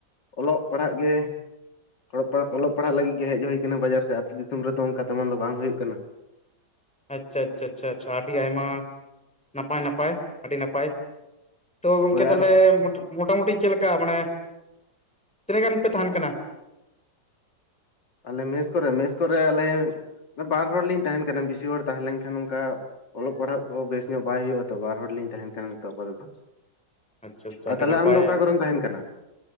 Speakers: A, on the left (about 75°); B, in the centre.
A: ᱚᱞᱚᱜ ᱯᱟᱲᱦᱟᱜ ᱜᱮ ᱚᱞᱚᱜ ᱯᱟᱲᱦᱟᱜ ᱚᱞᱚᱜ ᱯᱟᱲᱦᱟᱜ ᱞᱟᱹᱜᱤᱫ ᱜᱮ ᱦᱮᱡ ᱦᱩᱭ ᱟᱠᱟᱱᱟ ᱵᱟᱡᱟᱨ ᱥᱮᱫ ᱟᱹᱛᱩᱳ ᱫᱤᱥᱚᱢ ᱨᱮᱫᱚ ᱚᱱᱠᱟ ᱛᱮᱢᱚᱱ ᱫᱚ ᱵᱟᱝ ᱦᱩᱭᱩᱜ ᱠᱟᱱᱟ
B: ᱟᱪᱪᱷᱟ ᱟᱪᱪᱷᱟ ᱟᱹᱰᱤ ᱟᱭᱢᱟ ᱱᱟᱯᱟᱭ ᱱᱟᱯᱟᱭ ᱟᱹᱰᱤ ᱱᱟᱯᱟᱭ ᱛᱚ ᱜᱚᱝᱠᱮ
A: ᱦᱳᱭ
B: ᱛᱟᱦᱚᱞᱮ
A: ᱟᱨ
B: ᱢᱚᱴᱟᱢᱩᱴᱤ ᱪᱮᱫ ᱞᱮᱠᱟ ᱢᱟᱱᱮ ᱛᱤᱱᱟᱹᱜ ᱜᱟᱱ ᱯᱮ ᱛᱟᱦᱮᱱ ᱠᱟᱱᱟ
A: ᱟᱞᱮ ᱢᱮᱥ ᱠᱚᱨᱮ ᱢᱮᱥ ᱠᱚᱨᱮ ᱟᱞᱮ ᱵᱟᱨ ᱦᱚᱲᱞᱤᱧ ᱛᱟᱦᱮᱱ ᱠᱟᱱᱟ ᱵᱮᱥᱤ ᱦᱚᱲ ᱛᱟᱦᱮᱸ ᱞᱮᱱᱠᱷᱟᱱ ᱚᱱᱠᱟ ᱚᱞᱚᱜ ᱯᱟᱲᱦᱟᱜ ᱠᱚᱦᱚᱸ ᱵᱮᱥ ᱧᱚᱜ ᱵᱟᱭ ᱦᱩᱭᱩᱜᱼᱟ ᱛᱚ ᱵᱟᱨ ᱦᱚᱲ ᱞᱤᱧ ᱛᱟᱦᱮᱱ ᱠᱟᱱᱟ ᱱᱤᱛᱚᱜ ᱟᱯᱟᱛᱚᱛᱚ
B: ᱟᱪᱪᱷᱟ ᱟᱪᱪᱷᱟ
A: ᱟ
B: ᱟᱹᱰᱤ
A: ᱛᱟᱦᱞᱮ
B: ᱱᱟᱯᱟᱭ
A: ᱟᱢ ᱫᱚ ᱚᱠᱟ ᱠᱚᱨᱮᱢ ᱛᱟᱦᱮᱱ ᱠᱟᱱᱟ